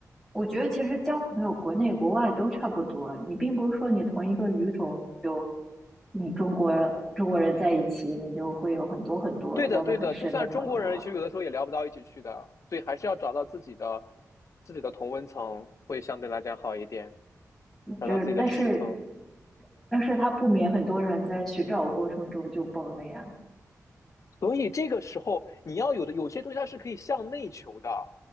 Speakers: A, in the centre; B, on the left.
A: 我觉得其实交朋友，国内国外都差不多。你并不是说你同一个语种，你就你中国中国人在一起，你就会有很多很多交的很深的朋友啊。
B: 对的，对的，就算中国人，其实有的时候也聊不到一起去的，所以还是要找到自己的自己的同温层，会相对来讲好一点，找到自己的知识层。
A: 就是但是但是他不免很多人在寻找的过程中就崩了呀。
B: 所以这个时候，你要有的有些东西它是可以向内求的，